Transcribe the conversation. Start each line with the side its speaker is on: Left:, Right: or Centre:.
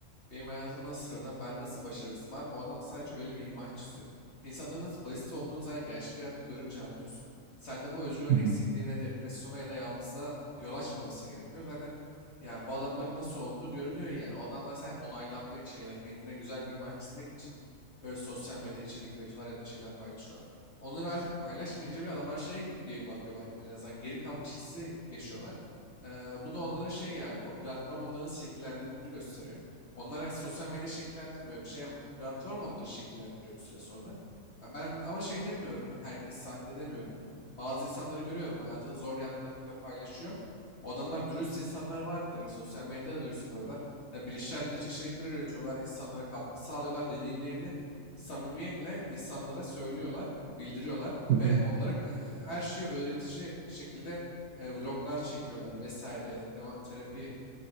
Left: Benim hayatım nasıl sıradan, ben nasıl başarısızım? Abi bu adam sadece öyle bir imaj çiziyor. İnsanların nasıl basit olduğunu zaten gerçek hayatta görünce anlıyorsun. Sende bu özgüven
Right: Hı
Left: eksikliğine,
Right: hı.
Left: depresyona ya da yalnızlığa yol açmaması gerekiyor. Zaten yani bu adamların nasıl olduğu görülüyor yani. O adamlar sadece onaylanma için ya da kendine güzel bir imaj çizmek için böyle sosyal medyada içerik üretiyorlar ya da bir şeyler paylaşıyorlar. Onları artık paylaşmayınca bile adamlar şey diye bakıyorlar kendilerine. Zaten geri kalmış hissi yaşıyorlar. Ee, bu da onların şey yani o platform onların şekillendiğini gösteriyor. Onlar ya sosyal medyayı şekillendirmiyor. Bir şey yap- platform onları şekillendiriyor bir süre sonra. Ya Ben ama şey demiyorum ya. Herkes sahte demiyorum. Bazı insanları görüyorum. Hayatının zor yanlarını bile paylaşıyor. O adamlar dürüst insanlar var tabii. Sosyal medyada da dürüst kalıyorlar. Ya bilinçlendirici içerikler üretiyorlar. insanlara katkı sağlıyorlar. Deneyimlerini samimiyetle insanlara söylüyorlar. Bildiriyorlar.
Right: Hı hı.
Left: Ve onlara ka- e, her şeyi öğretici şekilde e, vloglar çekiyorlar vesaire ya da tema- terapi